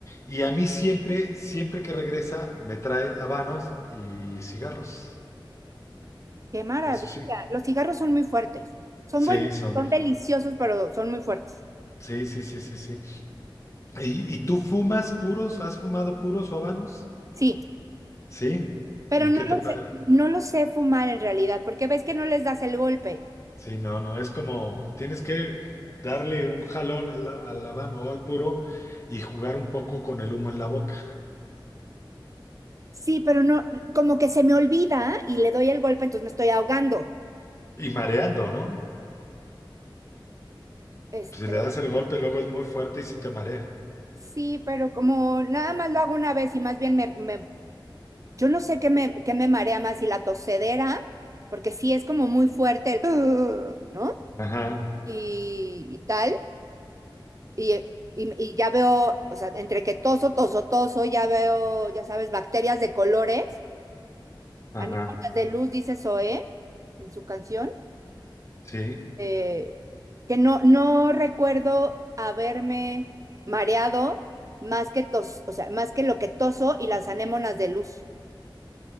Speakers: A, on the left; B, on the right.
A: y a mí siempre, siempre que regresa, me trae habanos y cigarros.
B: Qué maravilla.
A: Eso sí,
B: Los cigarros son muy fuertes. Son
A: sí,
B: buenos,
A: son,
B: son deliciosos, pero son muy fuertes.
A: sí, sí, sí, sí, sí. ¿Y, y tú fumas puros? ¿Has fumado puros o habanos?
B: Sí,
A: Sí.
B: pero
A: ¿Y
B: no
A: qué te
B: lo
A: parece?
B: sé, no lo sé fumar en realidad, porque ves que no les das el golpe.
A: Sí, no, no, es como tienes que darle un jalón a la, a la mano o al puro y jugar un poco con el humo en la boca
B: Sí, pero no, como que se me olvida y le doy el golpe, entonces me estoy ahogando.
A: y mareando, ¿no?
B: Este,
A: Pues, Si le das el golpe, luego es muy fuerte y sí te marea.
B: sí, pero como nada más lo hago una vez y más bien me, me- yo no sé qué me, qué me marea más, si la tosedera, porque sí es como muy fuerte el, "Ugh", ¿no?
A: Ajá,
B: y y tal. Y, y- y ya veo, o sea, entre que toso, toso, toso, ya veo, ya sabes, bacterias de colores,
A: ajá,
B: anémonas de luz, dice Zoé en su canción,
A: sí,
B: eh, que no, no recuerdo haberme mareado más que tos, o sea, más que lo que toso y las anémonas de luz.